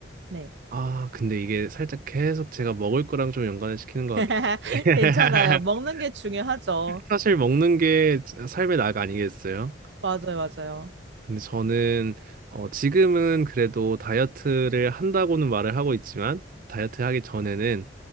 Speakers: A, on the right; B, on the right.
A: 네.
B: 아, 근데 이게 살짝 계속 제가 먹을 거랑 좀 연관을 시키는 것
A: <laughs>
B: 같긴 한데. <laughs>
A: 괜찮아요. 먹는 게 중요하죠.
B: 사실 먹는 게 삶의 낙 아니겠어요?
A: 맞아요, 맞아요.
B: 근데 저는 어, 지금은 그래도 다이어트를 한다고는 말을 하고 있지만 다이어트 하기 전에는